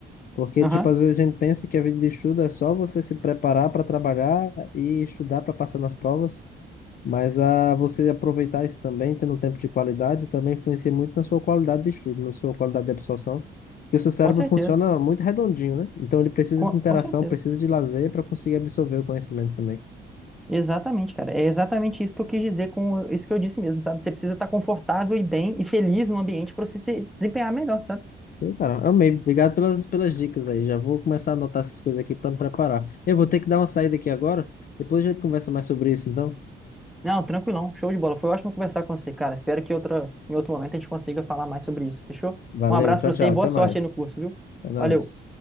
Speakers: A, on the left; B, in the centre.
A: Porque,
B: Aham,
A: tipo, às vezes a gente pensa que a vida de estudo é só você se preparar para trabalhar e estudar para passar nas provas, mas a você aproveitar isso também, tendo um tempo de qualidade, também influencia muito na sua qualidade de estudo, na sua qualidade de absorção, porque o seu cérebro
B: com certeza.
A: funciona muito redondinho, né? Então ele precisa
B: Com,
A: de interação,
B: com certeza.
A: precisa de lazer para conseguir absorver o conhecimento também.
B: Exatamente, cara. É exatamente isso que eu quis dizer com isso que eu disse mesmo, sabe? Você precisa estar confortável e bem e feliz no ambiente para você se desempenhar melhor, sabe?
A: Então, cara, amei. Obrigado pelas, pelas dicas aí. Já vou começar a anotar essas coisas aqui para me preparar. Eu vou ter que dar uma saída aqui agora, depois a gente conversa mais sobre isso, então.
B: Não, tranquilão. Show de bola. Foi ótimo conversar com você, cara. Espero que outra, em outro momento a gente consiga falar mais sobre isso, fechou?
A: Valeu,
B: Um abraço
A: tchau,
B: pra você
A: tchau,
B: e boa
A: até
B: sorte
A: mais.
B: aí no curso, viu?
A: É
B: Valeu.
A: nóis.